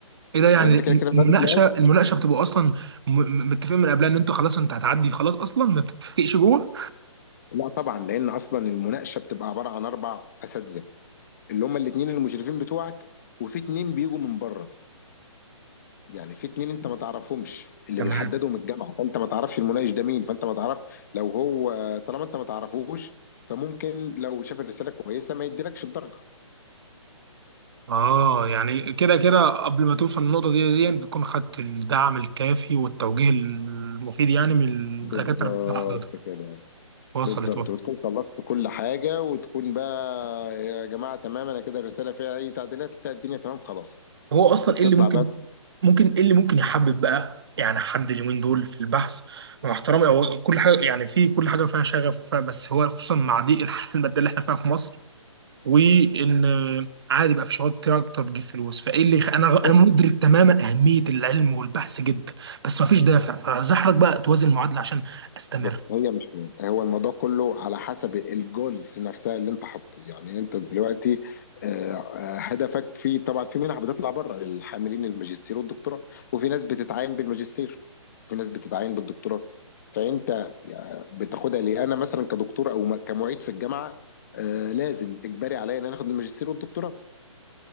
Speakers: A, on the right; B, on the left.
A: ايه ده يعني
B: فانت كده كده
A: المناقشه
B: ما بتناقش
A: المناقشه بتبقى اصلا م- م- متفقين من قبلها ان انتوا خلاص انت هتعدي خلاص اصلا ما بتتفقش جوه
B: لا طبعا لان اصلا المناقشه بتبقى عباره عن اربع اساتذه اللي هم الاثنين المشرفين بتوعك وفي اثنين بيجوا من بره يعني في اتنين انت ما تعرفهمش اللي
A: تمام
B: بيحددهم الجامعه فانت ما تعرفش المناقش ده مين فانت ما تعرف لو هو طالما انت ما تعرفوش فممكن لو شاف الرساله كويسه ما يديلكش الدرجه
A: اه يعني كده كده قبل ما توصل للنقطة دي دي بتكون خدت الدعم الكافي والتوجيه المفيد يعني من
B: بالظبط
A: الدكاترة بتوع حضرتك
B: كده
A: وصلت
B: بالظبط
A: وصلت
B: وتكون خلصت كل حاجة وتكون بقى يا جماعة تمام أنا كده الرسالة فيها أي تعديلات لا الدنيا تمام خلاص
A: هو اصلا
B: بتطلع
A: ايه اللي ممكن
B: بقى تخ-
A: ممكن ايه اللي ممكن يحبب بقى يعني حد اليومين دول في البحث مع احترامي هو كل حاجه يعني في كل حاجه فيها شغف وفيها بس هو خصوصا مع ضيق الحياه الماديه اللي احنا فيها في مصر وان عادي بقى في شغلات كتير اكتر بتجيب فلوس فايه اللي يخ... انا
B: بص
A: انا مدرك تماما اهميه العلم والبحث جدا بس مفيش دافع فزحرك بقى توازن المعادله عشان استمر
B: بص هي مش مهم. هو الموضوع كله على حسب الجولز نفسها اللي أنت حاطه يعني أنت دلوقتي آه، آه، هدفك في طبعا في منح بتطلع بره للحاملين الماجستير والدكتوراه وفي ناس بتتعين بالماجستير في ناس بتتعين بالدكتوراه فأنت يعني بتاخدها ليه أنا مثلا كدكتور أو م- كمعيد في الجامعة آه، لازم إجباري عليا إن أنا آخد الماجستير والدكتوراه